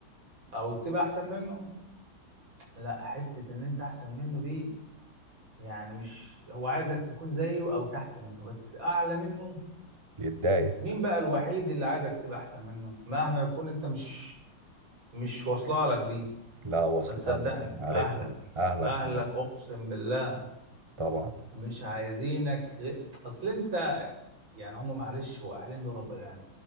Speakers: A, on the right; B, on the right.
A: او تبقى احسن منه لا حتة ان انت احسن منه دي يعني مش هو عايزك تكون زيه او تحت منه بس اعلى منه
B: يتضايق
A: مين بقى الوحيد اللي عايزك تبقى احسن منه مهما يكون انت مش مش واصله لك دي
B: لا واصلة
A: بس صدقني
B: عارف
A: اهلك
B: اهلك
A: اهلك
B: طبعا
A: اقسم بالله
B: طبعا
A: مش عايزينك غير اصل انت يعني هم معلش هو اهلنا دول رب يعني